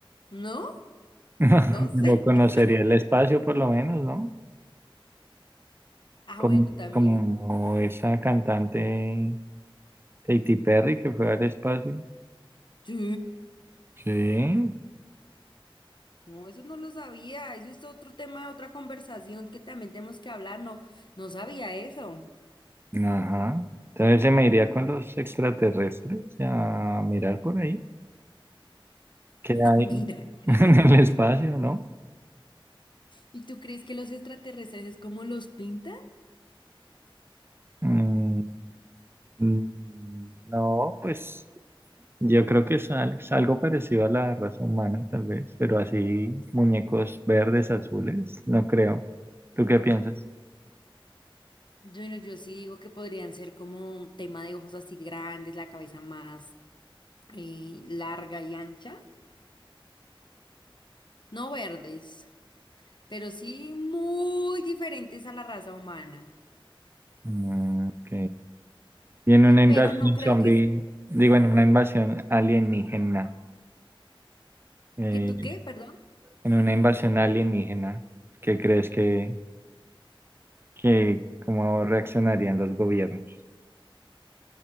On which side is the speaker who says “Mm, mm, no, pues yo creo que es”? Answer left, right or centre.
Right